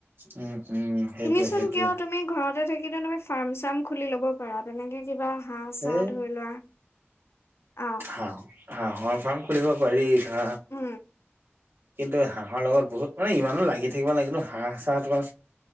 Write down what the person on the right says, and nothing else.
উম, উম। সেইটোৱে
সেইটোৱে
এই
হাঁহ হাঁহৰ ফাৰ্ম খুলিব পাৰি ধৰা।
কিন্তু হাঁহৰ লগত বহুত, মানে ইমানো লাগি থাকিব <unintelligible> কিন্তু হাঁহ চাঁহ তোমাৰ